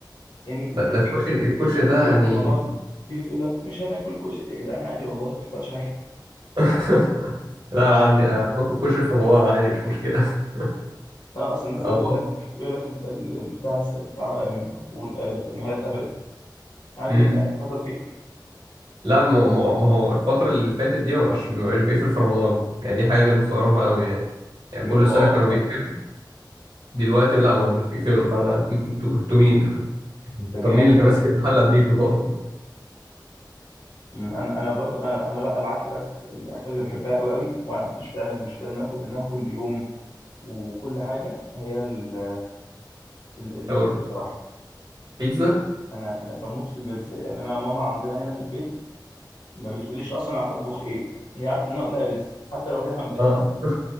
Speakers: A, on the left (about 75°); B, on the right (about 80°).
A: يعني
B: لا
A: الناس
B: ده
A: تيجي
B: الكشري الكشري
A: الناس
B: ده
A: تيجي
B: يعني
A: في رمضان تيجي تقول لك مش هناكل كشري يا جدعان عادي والله ما بيحصلش حاجه
B: <laughs> لا انا عندي أنا باكل كشري في رمضان عادي مش مشكله <laughs>
A: لا اصل الناس
B: اه
A: دلوقتي
B: والله.
A: تقول لك يقول لك انت ال- البتاع البتاع مقفول آه، المحلات قفلت عادي
B: امم
A: يا جدعان حصل خير
B: لا ما ما- ما هو الفتره اللي فاتت دي ما بقاش ما بقاش بيقفل في رمضان يعني دي حاجه مستغربه قوي يعني يعني
A: بجد
B: كل
A: واو
B: سنه كانوا
A: ده
B: بيقفلوا دلوقتي لا ما مش بيقفلوا فانا <laughs> انتوا انتوا مين <laughs>
A: ده جامد
B: طب مين اللي كان
A: ده
B: ماسك المحل قبليكوا طب
A: مم، انا انا برضو انا انا بقى العك- العكس الاكل اللي بحبها قوي قوي وما عنديش فعلا مشكله ان أنا اكل منها كل يوم وكل حاجه هي ال- البيتزا
B: شاورما
A: بصراحة
B: بيتزا
A: أنا أنا بموت في البيتزا يعني أنا ماما عندنا هنا في البيت ما بتقوليش أصلا أطبخ إيه هي عارفة إن أنا أقولها بيتزا حتى لو كده امبارح
B: اه <laughs>